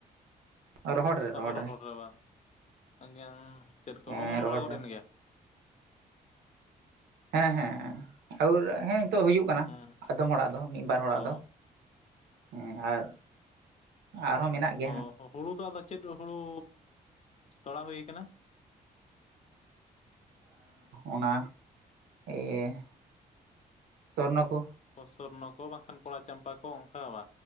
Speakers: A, on the right; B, on the left.
A: ᱨᱚᱦᱚᱲ ᱨᱮ
B: ᱚᱦ
A: ᱨᱚᱦᱚᱲ
B: ᱨᱚᱦᱚᱨ
A: ᱨᱮ
B: ᱨᱟᱵᱟ ᱮᱜ ᱪᱮᱫ ᱠᱚ
A: ᱦᱮᱸ
B: ᱚᱢᱚᱱ
A: ᱨᱚᱦᱚᱲ
B: ᱵᱟᱲᱟ ᱜᱚᱫ
A: ᱨᱮ
B: ᱮᱱ ᱜᱮᱭᱟ᱾
A: ᱦᱮᱸ ᱦᱮᱸ ᱟᱨ ᱦᱮᱸ ᱱᱤᱛᱚᱜ ᱦᱩᱭᱩᱜ ᱠᱟᱱᱟ
B: ᱦᱩᱸ
A: ᱟᱫᱚᱢ ᱦᱚᱲᱟᱜ ᱫᱚ ᱢᱤᱫ ᱵᱟᱨ ᱦᱚᱲᱟᱜ
B: ᱚ
A: ᱫᱚ᱾ ᱦᱮᱸ ᱟᱨ ᱟᱨᱦᱚᱸ ᱢᱮᱱᱟᱜ ᱜᱮᱭᱟ
B: ᱚ ᱦᱩᱲᱩ ᱫᱚ ᱟᱫᱚ ᱪᱮᱫ ᱦᱩᱲᱩ ᱛᱚᱲᱟ ᱦᱩᱭ ᱠᱟᱱᱟ᱾
A: ᱚᱱᱟ ᱮᱤᱭᱟᱹ ᱥᱱᱚ ᱠᱚ
B: ᱥᱚᱨᱱᱚ ᱠᱚ ᱵᱟᱝᱠᱷᱟᱱ ᱠᱚᱲᱟ ᱪᱟᱢᱯᱟ ᱠᱚ ᱚᱱᱠᱟᱣᱟ